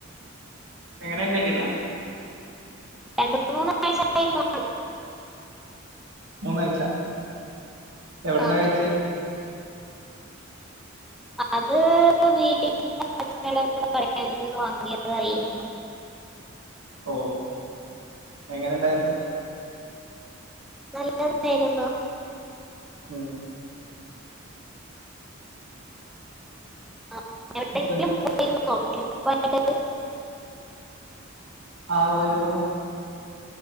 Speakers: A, on the right; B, in the centre.
A: എങ്ങനെയ കേട്ടില്ല
B: രണ്ടു മൂന്ന ആഴ്ചായി കാണു
A: മൂന്ന കഴച്ചാ എവിടന്നാ
B: ആ
A: കഴിച്ച
B: അത് വീട്ട ടൽ നിന്ന് വാങ്ങിയതായിരുന്നു
A: ഓ എങ്ങനെണ്ടായിരുന്നു
B: നല്ലതായിുന്നോ
A: ആഹ
B: ആ, എവിടെയെങ്കിലും
A: ഇപ്പൊ
B: പോയിരുന്നോ ട്രിപ്പായിട്ട്
A: ആഹ് പോയിരുന്നു